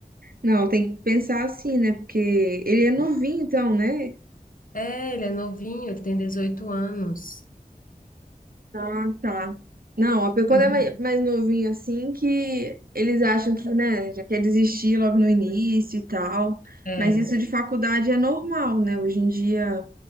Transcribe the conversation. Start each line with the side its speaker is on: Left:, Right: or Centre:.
Right: não, tem que pensar assim, né, porque ele é novinho, então, né?
Left: É, ele é novinho, ele tem dezoito anos.
Right: Ah, tá. Não, a- pe- quando
Left: <laughs>
Right: é mai- mais novinho assim, que eles acham que, né, já quer desistir logo no início e tal.
Left: É.
Right: Mas isso de faculdade é normal, né? Hoje em dia,